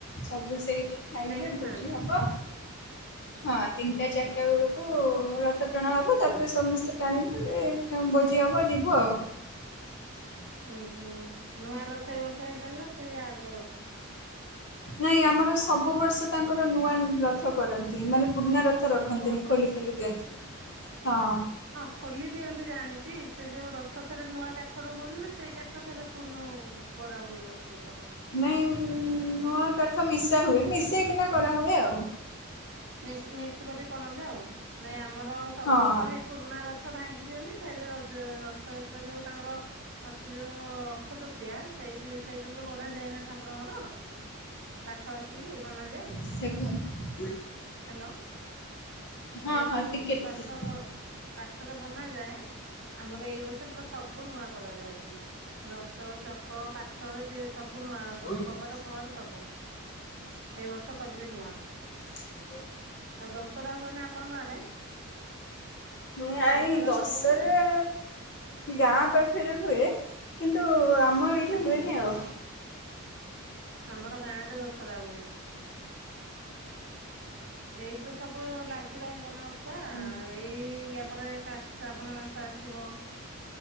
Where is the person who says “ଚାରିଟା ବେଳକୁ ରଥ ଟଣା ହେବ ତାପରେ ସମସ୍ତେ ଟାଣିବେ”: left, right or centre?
Left